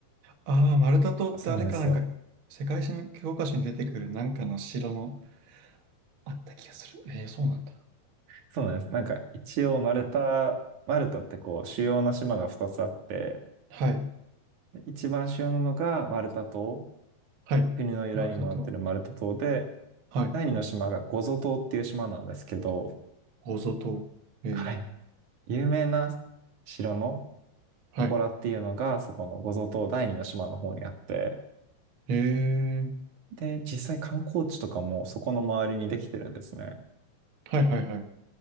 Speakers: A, on the right; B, on the right.
A: ああ、マルタ島ってあれかなんか、
B: そうなんですよ。
A: 世界史の教科書に出てくるなんかの城のあった気がする。ええ、そうなんだ。
B: そうなんです。なんか、一応、マルタ、マルタってこう、主要な島が2つあって、
A: はい。
B: 一番主要なのがマルタ島。
A: はい。
B: 国の由来にもなってるマルタ島で、
A: マルタ島。はい。
B: 第二の島がゴゾ島っていう島なんですけど、
A: ゴゾ島。ええ。
B: はい。有名な城の
A: はい。
B: 祠っていうのが、そこのゴゾ島第二の島の方にあって、
A: へえ。
B: で、実際観光地とかもそこの周りにできてるんですね。
A: はいはいはい。